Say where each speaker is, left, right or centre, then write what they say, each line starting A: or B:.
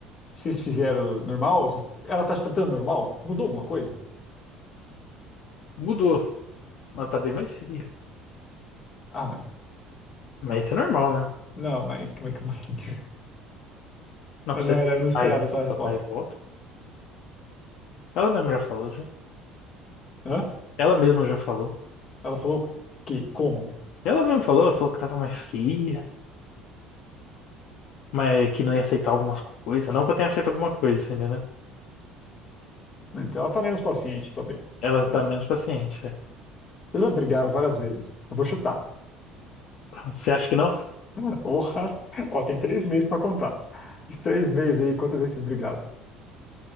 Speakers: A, on the left; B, on the left.
A: Vocês fizeram normal? Vocês- Ela tá te tratando normal? Mudou alguma coisa?
B: Mudou. Ela tá bem mais fria.
A: Ah, mas.
B: Mas isso é normal, né?
A: Não, mas como é que como assim? <laughs>
B: Não
A: Eu
B: ser
A: não, era, eu não esperava
B: vai
A: essa resposta.
B: vai e volta. Ela mesma já falou, já.
A: Hã?
B: Ela mesma já falou.
A: Ela falou que? Como?
B: Ela mesma falou, ela falou que tava mais fria, mas que não ia aceitar algumas coisas. Não que eu tenha feito alguma coisa, você entendeu?
A: Então ela tá menos paciente, talvez.
B: Ela
A: Então,
B: tá menos paciente, é.
A: vocês já brigaram várias vezes. Eu vou chutar.
B: Você acha que não?
A: <laughs> Porra! Ó, tem três meses pra contar. Os três meses aí, quantas vezes vocês brigaram?